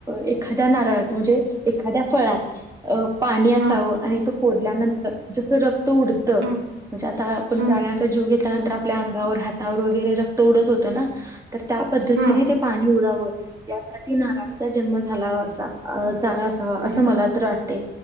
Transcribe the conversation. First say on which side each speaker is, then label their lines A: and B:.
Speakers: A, on the right; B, on the right.
A: एखाद त्या नारळात म्हणजे एखाद्या फळात अ पाणी
B: हम्म
A: असावं. आणि तो फोडल्यानंतर जस रक्त उडत म्हणजे
B: हम्म
A: आता हा आपण
B: हम्म
A: प्राण्यांचा जीव घे त्यानंतर आपल्या अंगावर हातावर वगैरे रक्त उडत होत ना? तर त्या पद्धतीने
B: हम्म
A: ते पाणी उडाव. यासाठी नारळाचा जन्म झालावा असा. झाला अस अ
B: हम्म
A: असं मला तर वाटतय.